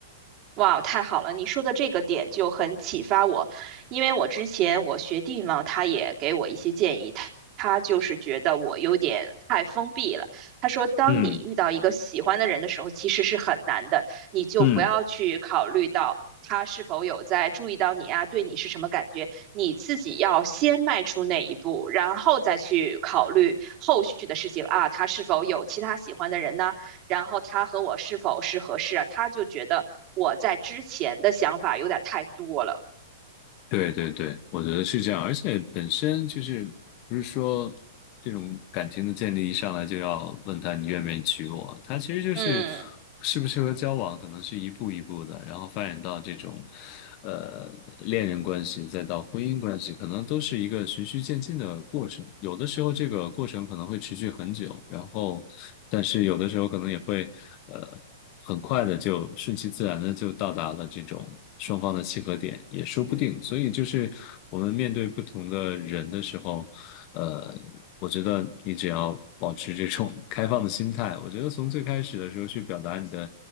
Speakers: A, on the right; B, on the left.
A: 哇，太好了！你说的这个点就很启发我，因为我之前我学弟嘛，他也给我一些建议，他他就是觉得我有点太封闭了。他说，当你遇到一个喜欢的人的时候，
B: 嗯
A: 其实是很难的，你就不要去考虑到他是否有在注意到你啊，
B: 嗯。
A: 对你是什么感觉，你自己要先迈出那一步，然后再去考虑后续的事情啊，他是否有其他喜欢的人呢？然后他和我是否是合适啊？他就觉得我在之前的想法有点太多了。
B: 对对对，我觉得是这样，而且本身就是不是说这种感情的建立一上来就要问他你愿不愿意娶我，他其实就是
A: 嗯
B: 适不适合交往，可能是一步一步的，然后发展到这种呃恋人关系，再到婚姻关系，可能都是一个循序渐进的过程。有的时候这个过程可能会持续很久，然后但是有的时候可能也会呃。很快的就顺其自然的就到达了这种双方的契合点，也说不定。所以就是我们面对不同的人的时候，呃，我觉得你只要保持这种 <laughs> 开放的心态，我觉得从最开始的时候去表达你的，